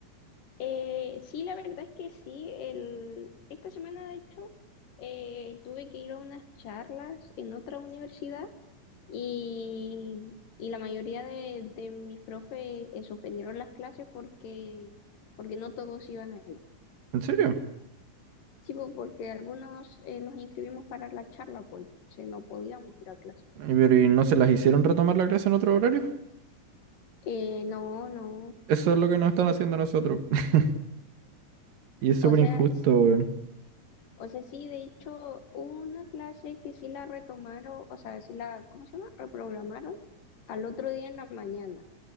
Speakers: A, on the left; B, on the right.
A: Eh, sí, la verdad es que sí, el, esta semana de hecho eh, tuve que ir a unas charlas en otra universidad y, y la mayoría de, de mis profes eh, suspendieron las clases porque, porque no todos iban a
B: ¿En serio?
A: Sí, po, porque algunos eh, nos inscribimos para la charla, pues entonces no podíamos ir a clase.
B: ¿Y, pero, ¿y no se las hicieron retomar la clase en otro horario?
A: Eh, no, no.
B: Eso es lo que nos están haciendo a nosotros. <laughs> Y es súper
A: O sea,
B: injusto,
A: s-
B: weón.
A: o sea, sí, de hecho, hubo una clase que sí la retomaron, o sea, sí la, ¿cómo se llama? Reprogramaron al otro día en la mañana,